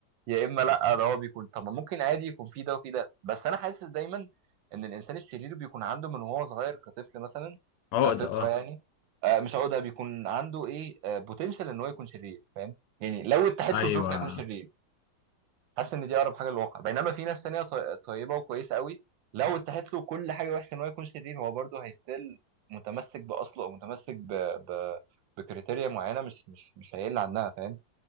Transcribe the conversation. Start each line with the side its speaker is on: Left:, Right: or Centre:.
Right: يا اما لا ده هو بيكون طب ما ممكن عادي يكون في ده وفي ده بس انا حاسس دايما ان الانسان الشرير بيكون عنده من وهو صغير كطفل مثلا
Left: عقدة
Right: كفطره
Left: اه
Right: يعني آه مش هقول ده بيكون عنده ايه آه بوتنشال ان هو يكون شرير فاهم يعني لو اتاحت
Left: أيوه
Right: له الظروف هيكون شرير حاسس ان دي اقرب حاجه للواقع بينما في ناس تانية طي- طيبه وكويسه قوي لو اتاحت له كل حاجه وحشه ان هو يكون شرير هو برضه هيستيل متمسك باصله او متمسك ب... ب... بكريتيريا معينه مش مش مش هيقل عنها فاهم